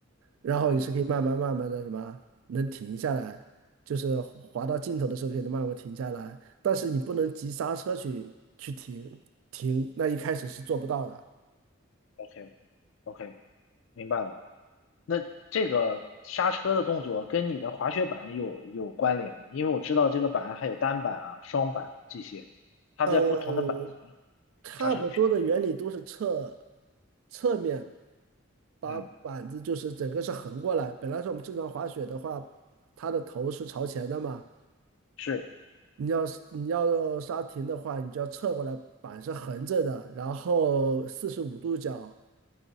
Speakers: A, on the right (about 80°); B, on the left (about 70°).
A: 然后你是可以慢慢慢慢的什么能停下来，
B: 嗯
A: 就是滑到尽头的时候可以慢慢停下来，但是你不能急刹车去去停停，那一开始是做不到的。
B: ，OK OK，明白了。那这个刹车的动作跟你的滑雪板有有关联吗？因为我知道这个板还有单板啊、双板啊这些，它在不同的板型
A: 呃，差不多的原理都是侧
B: 刹车有区别。
A: 侧面。把板子就是整个是横过来。
B: 嗯，
A: 本来是我们正常滑雪的话，它的头是朝前的嘛，
B: 是，
A: 你要是你要刹停的话，你就要侧过来，板是横着的，然后四十五度角，